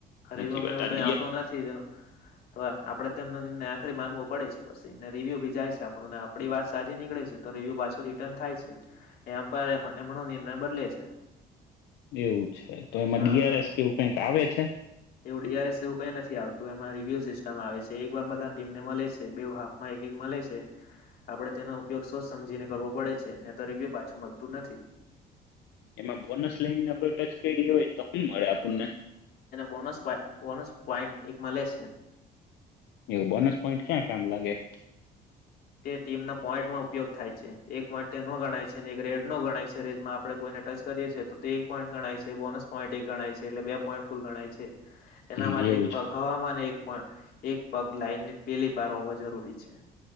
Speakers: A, on the left; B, on the left.
A: અરે
B: સાચી
A: એમાં
B: વાત
A: એવું
B: આ
A: કઈ
B: ડીઆર
A: આટો નથી. તો આપડે તેમનો નિર્ણય આખરી માનવો પડે છે પછી ને રિવ્યુ ભી જાય છે આપણું ને આપણી વાત સાચી નીકળે છે તો રિવ્યુ પાછો રિટર્ન થાય છે. એમ પણ એમ બદલે છે.
B: એવું છે તો એમાં
A: હા
B: ડી આર એસ કેવું કઈક આવે અચ છે?
A: એવું ડીઆરએસ એવું કઈ નથી આવતું એમાં રિવ્યુ સિસ્ટમ આવે છે એક વાર બધાની ટીમને મળે છે બેવ હાફ. માં એક એક મળે છે આપડે તેનો ઉપયોગ સોચ સમજીને કરવો પડે છે. નહી તો રિવ્યુ પાછું મળતું નથી.
B: એમાં બોનસ લઈનેને આપડે ટચ કરી રહ્યા હોય. તો શું મળે આપણને?
A: બોનસ પા બોનસ પોઈન્ટ એક મળે છે.
B: એવું બોનસ પોઈન્ટ ક્યાં કામ લાગે?
A: તે ટીમના પોઈન્ટમાં ઉપયોગ થાય છે. એક પોઈન્ટ તેનો ગણાય છે. અને એક રેડ નો ગણાય છે. રેડ માં આપણે કોઈને ટચ કરીએ છીએ તો તે એક પોઈન્ટ ગણાય છે. બોનસ પોઈન્ટ એક ગણાય છે. એટલે બે પોઈન્ટ કુલ ગણાય છે. એના
B: હમ
A: માટે
B: એવું
A: એક
B: છે
A: પગ હવા માં, ને એક એક પગ લાઈનની પેલી પાર હોવો જરૂરી છે.